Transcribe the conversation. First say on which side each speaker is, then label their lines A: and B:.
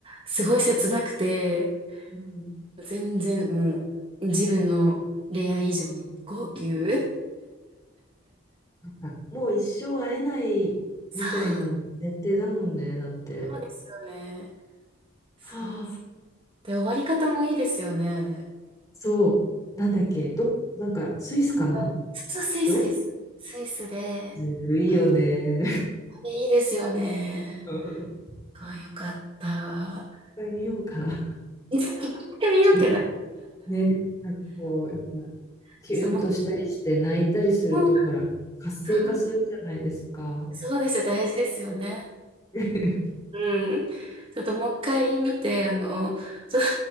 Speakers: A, on the right; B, on the left.
A: すごい切なくて、
B: うんうん。うん
A: 全然もう、自分の恋愛以上に号泣。
B: あもう一生会えないみたいな設定だもんね、
A: <laughs> そう、
B: だって。
A: <laughs> そうですよね。そう。
B: はあ、
A: で、終わり方もいいですよね、あれ。
B: そう、なんだっけ、ど、なんかスイスかな
A: そう、スイスです。
B: でしょ
A: スイスで、
B: ずるいよね。
A: あ、いいですよね。
B: <laughs> 一
A: あ、よかった。
B: 回見ようかな。
A: いつか行ってみようかな。
B: ちょっと
A: ち
B: ね、なんかこう、やっぱ
A: ょっとも
B: キュンとしたりして泣いたりすると、
A: う、もう、
B: ほら、活性化するじゃないですか。
A: そうそうですよ。大事ですよね。
B: <laughs>
A: うん。ちょっともう一回見て、あの、ちょっと、